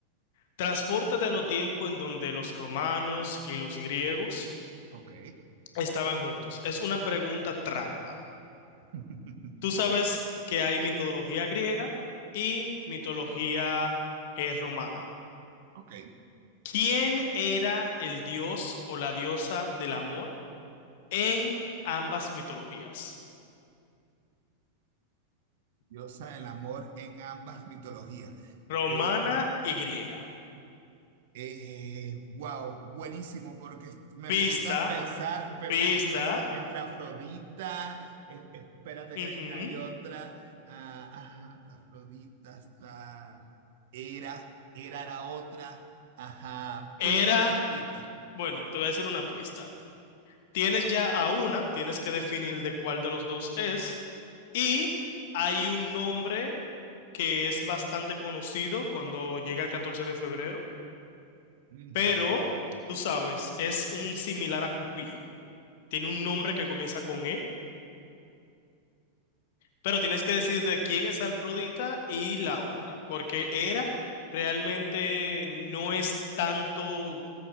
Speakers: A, on the left (about 50°); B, on the right (about 55°).
A: Transpórtate a los tiempos en donde los romanos y los griegos
B: ok.
A: estaban juntos. Es una pregunta trampa.
B: <laughs>
A: Tú sabes que hay mitología griega y mitología eh, romana.
B: Ok,
A: ¿Quién era el dios o la diosa del amor en ambas mitologías?
B: diosa del amor en ambas mitologías.
A: Romana
B: Eh,
A: y griega.
B: eh, wow, buenísimo, porque me
A: Pista,
B: pusiste a pensar, pe-
A: pista.
B: en pensar entre Afrodita, eh, espérate
A: ujú.
B: que, que hay otra, ah, ah, Afrodita, hasta Hera, Hera era otra, ajá,
A: Era,
B: cuéntame esa pista.
A: bueno, te voy a decir una pista. Tienes ya a una, tienes que definir de cuál de los dos es. Y hay un nombre que es bastante conocido cuando llega el 14 de febrero,
B: Ujú,
A: pero tú sabes, es un similar a Cupido. Tiene un nombre que comienza con E, pero tienes que decir de quién es Afrodita y la otra, porque Hera realmente no es tanto